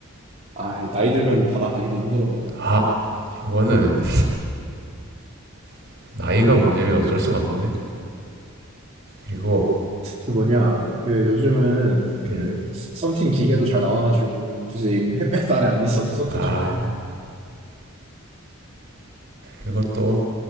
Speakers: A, on the right (about 30°); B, on the right (about 55°).
A: 아이, 나이 들면은 바다 가기도 힘들어.
B: 아 이거는 <laughs> 나이가 문제면 어쩔 수가 없는데 그리고
A: 그 뭐냐, 그 요즘은 그
B: 음,
A: 썬팅 기계도 잘 나와가지고 굳이 햇볕 아래 안 있어도 썬팅
B: 아
A: 쳐야 돼.
B: 그리고 또